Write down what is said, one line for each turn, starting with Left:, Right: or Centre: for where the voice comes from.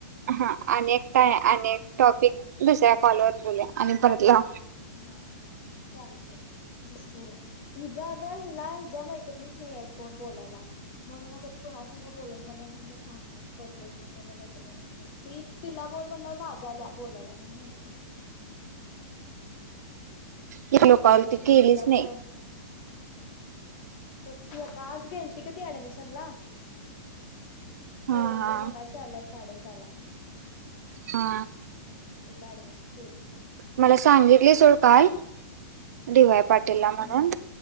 Right: हा अनेक काय अनेक टॉपिक दुसऱ्या कॉलवरर बोल आणि परत ला
Left: हा चालतय तस करूया हिला हिच्यया मैत्रिणीच नाही आहेत कोण बोलायला म्हणून आता ती कोुणास बोल म्हणून म्हटलं थांब म करतो फोन माझ्या मैत्रिणी बोलतो ती तिला बोल म्हणला लाजाल्या बोलायला नाही म्हणले मी
Right: केलो कॉल
Left: मग त
Right: ती
Left: तुझ
Right: केलीच
Left: थोडा
Right: नाही
Left: पण बघकी आतास गेल त का ती ऍडमिशन ला
Right: हा
Left: दिवसभर
Right: हा
Left: मगाशी आल्या साडेसहा ला
Right: हा.
Left: ला ऍडमिशन केली ती
Right: मला सांगितली सोड काल डी वाय पाटील ला म्हणून
Left: हम्म